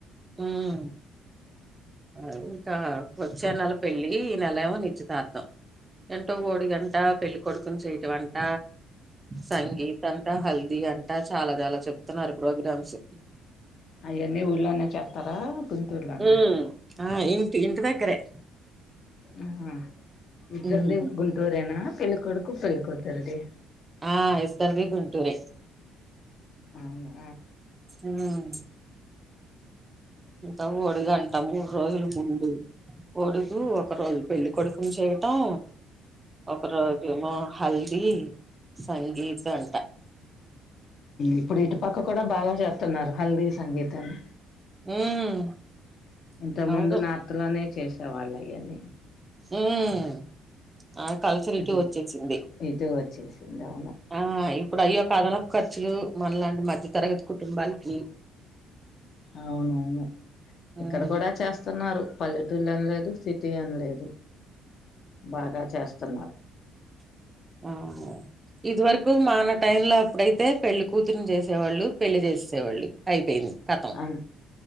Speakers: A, on the right (about 15°); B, on the left (about 50°).
A: ఉమ్ అ ఇంకా వద్చ్చే నెల పెళ్లి ఈ నెల ఏమో నిచ్చితార్ధం ఏంటో ఓడిగంట పెళ్ళికొడుకుని చేయటం అంట సంగీత్ అంతా హల్ ది అంటా చాలా చాలా చెప్తున్నారు ప్రోగ్రామ్స్
B: అయన్ని ఊళ్ళోనే చేస్తారా గుంటూరు లానే
A: ఉమ్ ఆ ఇంటి ఇంటి దగ్గరే
B: ఆ ఇద్దరిది
A: ఉమ్
B: గుంటూరేనా పెళ్ళకొడుకు పెళ్లికూతురిది
A: ఆ ఇద్దర్ది గుంటూరే
B: అవునా
A: ఉమ్ ఇకా ముడుఘంటా మూడు రోజుల ముందు కొడుకు ఒక రోజు పెళ్లి కొడుకుని చేయటం ఒకరోజేమో హల్దీ సంగీత్ అంట
B: ఇప్పుడు ఇటుపక్క కూడా బాగా చేస్తున్నారు హల్దీ సంగీతని
A: ఉమ్
B: ఇంత
A: అవును
B: ముందు నార్త్ లోనే చేసేవాళ్ళు ఈయన్ని
A: ఉమ్ ఆ కల్చరీటు
B: ఇటు
A: వచ్చేసింది
B: ఇటు వచ్చేసింది అవును
A: ఆ ఇప్పుడు అయ్యో ఒక అదన లు మనలాంటి మధ్య తరగతి కుటుంబాలకి
B: అవునవును
A: ఉమ్
B: ఇక్కడ కూడా చేస్తున్నారు పల్లెటూళ్ళ అనలేదు సిటీ అనిలేదు బాగా చేస్తున్నా
A: అ ఇది వరకు మన టైం ల ఇప్పుడైతే పెళ్లి కూతుర్ని చేసేవాళ్ళు పెళ్లి చేసేవాళ్ళు అయిపోయింది కథం
B: అ